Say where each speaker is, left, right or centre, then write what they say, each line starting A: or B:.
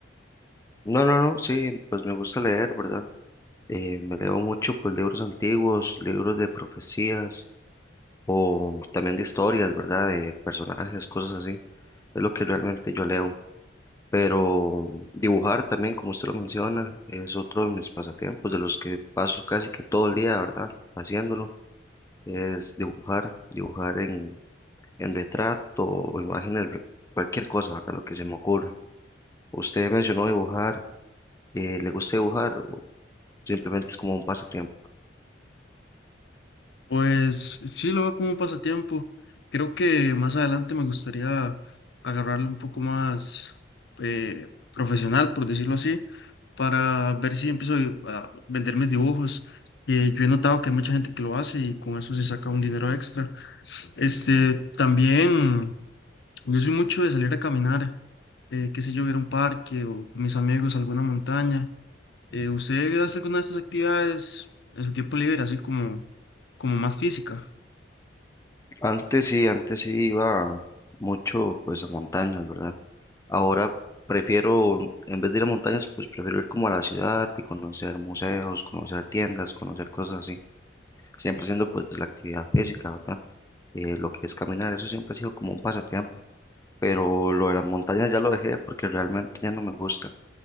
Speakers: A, on the left; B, on the left.
A: No, no, no, sí, pues me gusta leer, ¿verdad? Eh, me leo mucho pues libros antiguos, libros de profecías o también de historias, ¿verdad? De personajes, cosas así. Es lo que realmente yo leo. Pero dibujar también, como usted lo menciona, es otro de mis pasatiempos, de los que paso casi que todo el día, ¿verdad? Haciéndolo. Es dibujar, dibujar en, en retrato o imágenes, re- cualquier cosa, ¿verdad? Lo que se me ocurra. Usted mencionó dibujar, eh, ¿le gusta dibujar o simplemente es como un pasatiempo?
B: Pues sí, lo veo como un pasatiempo. Creo que más adelante me gustaría agarrarlo un poco más eh, profesional, por decirlo así, para ver si empiezo a vender mis dibujos. Eh, yo he notado que hay mucha gente que lo hace y con eso se saca un dinero extra. Este, también, yo soy mucho de salir a caminar. eh, qué sé yo, ir a un parque o con mis amigos a alguna montaña. Eh, ¿usted hace alguna de estas actividades en su tiempo libre, así como, como más física?
A: Antes sí, antes sí iba mucho pues a montañas, ¿verdad? Ahora prefiero, en vez de ir a montañas, pues prefiero ir como a la ciudad y conocer museos, conocer tiendas, conocer cosas así, siempre haciendo pues la actividad física, ¿verdad? Eh, lo que es caminar, eso siempre ha sido como un pasatiempo, pero lo de las montañas ya lo dejé porque realmente ya no me gusta.